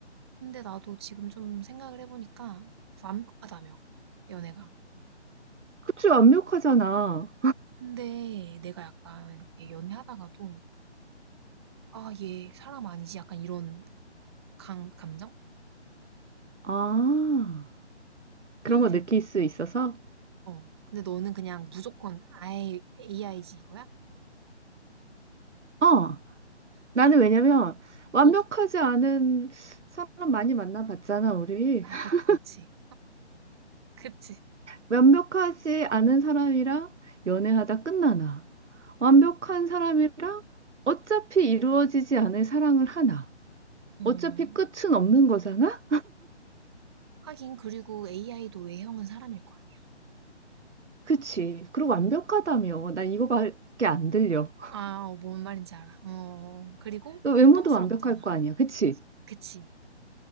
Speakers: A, on the right; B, on the right.
A: 근데 나도 지금 좀 생각을 해보니까 완벽하다며, 연애가.
B: 그치, 완벽하잖아.
A: 근데 내가 약간 이렇게 연애하다가도, 아, 얘 사람 아니지? 약간 이런 감, 감정이
B: 아, 그런 거
A: 들,
B: 느낄 수 있어서?
A: 어. 근데 너는 그냥 무조건 아예 AI지 이거야?
B: 어. 나는 왜냐면, 완벽하지
A: 어,
B: 않은 사람 많이 만나봤잖아, 우리.
A: 아,
B: <laughs>
A: 그치, 그치. 그치.
B: 완벽하지 않은 사람이랑 연애하다 끝나나. 완벽한 사람이랑 어차피 이루어지지 않을 사랑을 하나.
A: 음,
B: 어차피 끝은 없는 거잖아?
A: 하긴, 그리고 AI도 외형은 사람일 거 아니야.
B: 그치. 그리고 완벽하다며. 난 이거밖에 안 들려.
A: 아, 어, 뭔 말인지 알아. 어, 그리고
B: 그
A: 고통스럽잖아.
B: 외모도 완벽할 거 아니야, 그치?
A: 그치.